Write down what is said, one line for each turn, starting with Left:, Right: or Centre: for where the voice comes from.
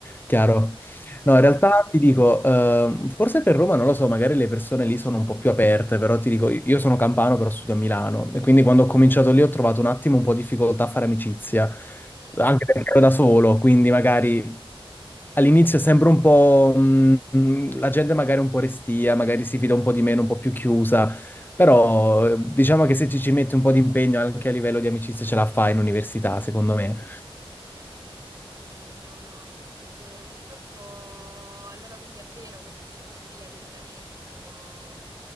Left: chiaro.
Right: Sì.
Left: No, in realtà
Right: sì.
Left: ti dico, eh, forse per Roma, non lo so, magari le persone lì sono un po' più aperte, però ti dico, io sono campano, però studio a Milano, e quindi quando ho cominciato lì ho trovato un attimo un po' di difficoltà a fare amicizia,
Right: Sì.
Left: anche perché ero da solo, quindi magari... All'inizio sembra un po', mm, mm, la gente magari è un po' restia, magari si fida un po' di meno, un po' più chiusa, Però eh, diciamo che se ci, ci metti un po' di impegno anche a livello di amicizia ce la fai in università, secondo me.
Right: Eh, no, no, è vero. Purtroppo, allora quindi è vero questo di diceria che i milanesi sono,